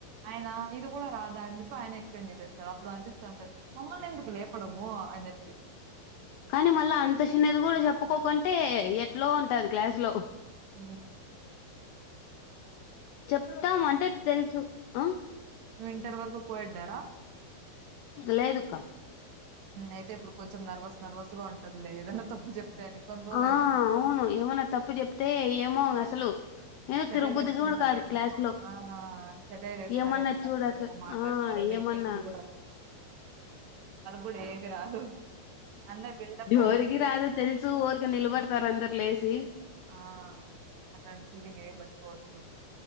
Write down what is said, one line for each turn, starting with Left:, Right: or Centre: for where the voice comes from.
Right: ఆయన ఇది కూడా రాదా అని చెప్పి ఆయన ఎక్స్ప్లెయిన్ చేసేస్తాడు అప్పుడు అనిపిస్తంటారు మమ్మల్ని ఎందుకు లేపడము అని చెప్పి
Left: కానీ మళ్ళా అంత చిన్నది కూడా చెప్పుకోకుంటే ఎట్లో ఉంటది క్లాసు లో
Right: ఆ
Left: చెప్తాం అంటే తెలుసు అ
Right: నువ్వు ఇంటర్ వరకు కోయడ్డారా
Left: లేదుక
Right: అయితే ఇప్పుడు కొంచెం నర్వస్ నర్వస్ గా ఉంటదులే ఏదైనా తప్పు చెప్తే అని కొన్ని రోజులు
Left: ఆ
Right: ఆగిపోతే
Left: అవును ఏమన్నా తప్పు చెప్తే ఏమో
Right: వాళ్ళ
Left: అసలు ఏ
Right: సెటైర్
Left: తిరుగుబద్ది
Right: ఏస్తుంటారేమో.
Left: కూడా కాదు క్లాస్ లో
Right: ఆ! సెటైర్ ఏస్తారేమో
Left: ఏమన్నా
Right: లేకపోతే
Left: చూడు అస
Right: ఏదైనా మాట్లాడతారేమో
Left: ఆ ఏమన్నా
Right: ఈట్లకి ఇది కూడ ఏమి రాదు అందరు బిల్డప్
Left: ఎవరికి
Right: అంతే.
Left: రాదు తెలుసు ఊరికే నిలబడతారు అందరు లేసి
Right: ఆ! అట్లాంటి ఫీలింగ్ ఏం పెట్టుకోవద్దు.